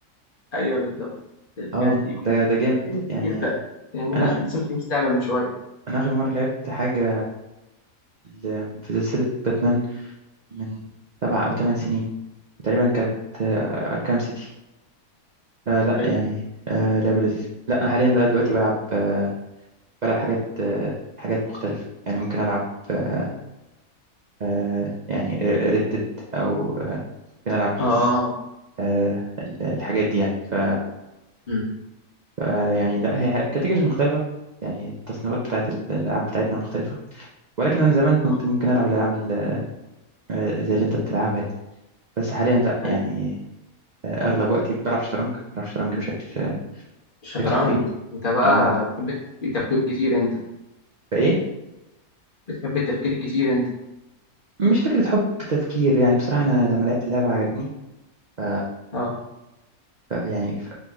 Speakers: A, on the left; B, on the right.
A: ايوه بالظبط الحاجات
B: اه
A: دي
B: ده ده جامد
A: حاجة
B: يعني
A: كتير بقى يعني أنا
B: أنا آخر
A: لسه مخلص لعبة من شوية
B: أنا آخر مرة لعبت حاجة ل- في سلسلة باتمان من سبع أو ثمان سنين تقريبا كانت آه، أركام سيتي فلا
A: حلو
B: يعني آه، لعبة لذيذة لا أنا حاليا بقى دلوقتي بلعب آه، بلعب حاجات آه، حاجات مختلفة يعني ممكن ألعب آه، آه، يعني ردد او آه، بنلعب بيس
A: آه
B: آه، ال- الحاجات دي يعني ف
A: أمم.
B: آه، يعني لا هي كاتيجوريز مختلفه يعني التصنيفات بتاعت ال- الالعاب بتاعتنا مختلفه ولكن انا زمان كنت
A: آه.
B: ممكن العب الالعاب ال- آه، زي اللي انت بتلعبها دي بس حاليا لا يعني
A: أيوه
B: آه، اغلب وقتي بلعب شطرنج بلعب شطرنج
A: أمم.
B: بشكل آه،
A: الشطرنج
B: بشكل كبير
A: أنت بقى
B: اه
A: بتحب التفكير كتير أنت
B: فايه
A: بتحب التفكير كتير أنت
B: مش فكره حب تفكير يعني بصراحه انا لما لعبت اللعبه عجبتني ف
A: آه
B: ف- يعني ف-